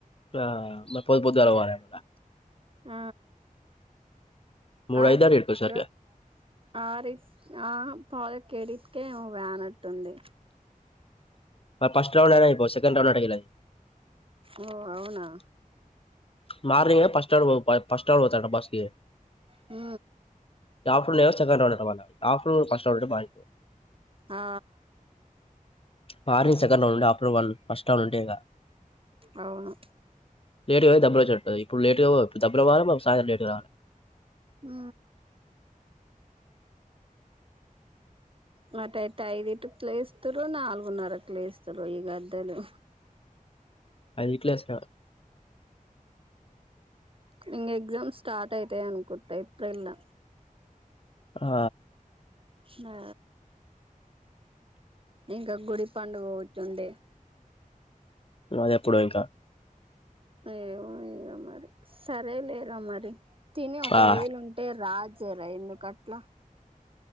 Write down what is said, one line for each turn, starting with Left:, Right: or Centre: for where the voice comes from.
Left: ఆ మ పో పొద్దు పొద్దుగాలగా పారాడుతా
Right: ఆ
Left: మూడైతాది
Right: ఆరింటికి
Left: ఈటికి వచ్చేసరికి
Right: ఆ రీస్ <unintelligible> టుంది
Left: ఫస్ట్ రౌండ్ లోనే అయిపో సెకండ్ <unintelligible>
Right: ఓ అవునా
Left: మార్నింగ్ ఏ ఫస్ట్ రౌండ్ పో ఫస్ట్ రౌండ్ పోతాడంట బస్ కి
Right: హు
Left: ఇప్పుడు ఏమో సెన్కండ్ రౌండ్ అన్నమాట ఆఫ్టర్నూన్ ఫస్ట్ రౌండ్ బాగా
Right: ఆ
Left: మార్నింగ్ సెకండ్ రౌండ్ ఉండి ఆఫ్టర్నూన్ వన్ ఫస్ట్ రౌండ్ ఉంటే ఇక
Right: అవును
Left: లేట్ గా పోయి డబ్బులు వచ్చినట్టు ఓయ్ ఇప్పుడు లేటుగా పో దబ్బవారా పో సాయంత్రం లేట్ గరా
Right: ఉ మతాయిత్తు అయిదు ఇటు లేస్తురు నాలుగున్నర్ లేస్తురు ఈ గడలు
Left: అది <unintelligible>
Right: ఇంక ఎగ్జామ్ స్టార్ట్ అయితాయి అనుకుంటా ఏప్రిల్ ల
Left: ఆ
Right: నా ఇంకా గుడిపా <unintelligible> ఓ చుండె
Left: అది అప్పుడో ఇంకా
Right: ఏమో ఏమో మరి సరే లేరా మరి తిని ఒకవేళ
Left: ఆ
Right: ఉంటే రా సరే ఎందుకు అట్లా